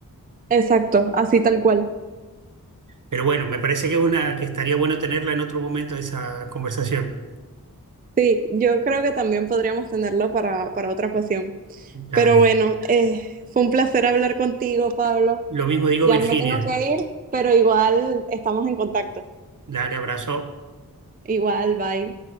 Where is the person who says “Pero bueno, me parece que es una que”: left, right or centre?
Right